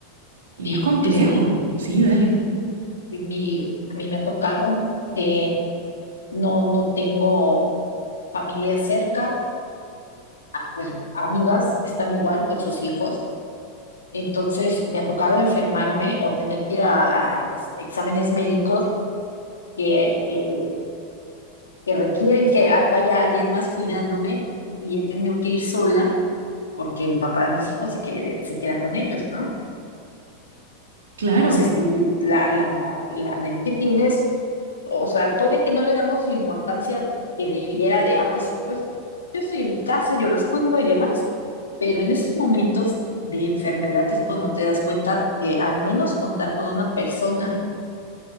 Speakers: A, on the right (about 75°); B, on the left (about 80°).
A: Y
B: Sí,
A: es complejo.
B: eh, sí,
A: Sí, dale.
B: mi, a mí me ha tocado que no, no tengo familia cerca, pues amigas están igual con sus hijos Entonces me ha tocado enfermarme o tener que ir a, a, este, exámenes médicos que, que- que requieren que a- vaya alguien más cuidándome y he tenido que ir sola porque el papá de mis hijos se, quede- se queda con ellos, ¿no?
A: Claro.
B: Entonces sí, la, la, la red que tienes, o sea, puede que no le damos la importancia que debiera de, ah, pues, pues yo estoy en mi casa, yo los cuido y demás, pero en esos momentos de enfermedad es cuando te das cuenta que al menos contar con una persona